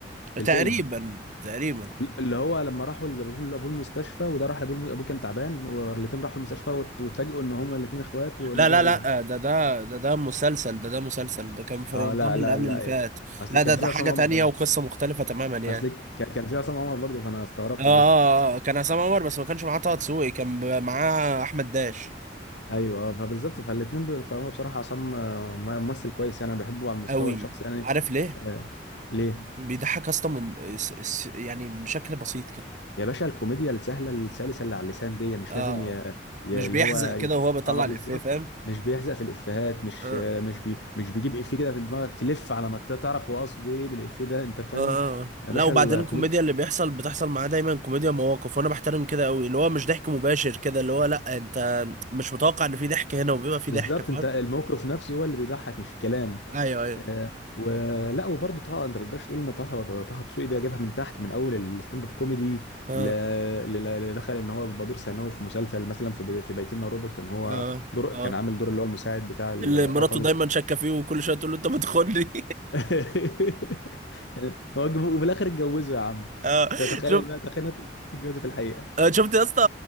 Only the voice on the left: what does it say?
في الفيلم
اللي هو لما راحوا لابوه لأبوه المستشفى وده راح لابوه ابوه كان تعبان والاتنين راحوا المستشفى وات- واتفاجئوا ان هما الاتنين اخوات وان
ده
ابوهم
اه
لا لا
لا
إيه.
اصل
كان
في
عصام
عمر
برضه
اصل كان كان في عصام عمر برضه فانا استغربت
بس
ايوه آه، فبالظبط فالاثنين ب... فهو بصراحه عصام آه، ممثل كويس يعني انا بحبه على المستوى
الشخصي يعني
آه ليه
يا باشا الكوميديا السهله السلسه اللي على اللسان دي مش
لازم ي... ي...
اللي
هو
ي-
اه بالظبط
مش بيحزق في الافيهات مش
آه، مش بي... مش بيجيب افيه كده في دماغك تلف على ما ت- تعرف هو قصده ايه بالافيه ده انت فاهم
يا
باشا
الكوميديا
بالظبط
انت الموقف نفسه هو اللي بيضحك مش الكلام
آه، ولا وبرضه طه انت ما تقدرش تقول ان طه ده- طه دسوقي ده جابها من تحت من اول الستاند اب كوميدي
ل- ل- اللي دخل ان هو بيبقى دور ثانوي في مسلسل مثلا في بي- في بيتنا روبوت كان هو
دور
كان عامل دور اللي هو المساعد بتاع البطل
<laughs> كان- هو جاب- وفي الاخر اتجوزه يا عم
ده تخيل
بقى تخيل إنه اتجوزه في الحقيقه